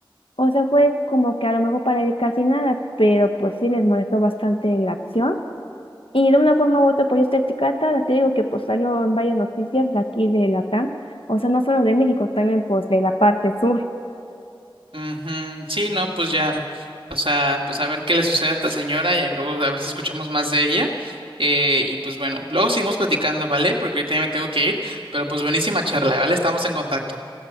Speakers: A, on the left; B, on the right.
A: O sea, fue como que a lo mejor para él casi nada, pero pues sí les molestó bastante la acción. Y de una forma u otra, pues esta etiqueta, te digo que pues salió en varias noticias de aquí de Latam, o sea, no solo de México, también pues de la parte sur.
B: Ujú, Sí, no, pues ya, o sea, pues a ver qué le sucede a esta señora y ahí luego a ver si escuchamos más de ella. Eh, y pues bueno, luego seguimos platicando, ¿vale? Porque ahorita ya me tengo que ir, pero pues buenísima charla, ¿vale? Estamos en contacto.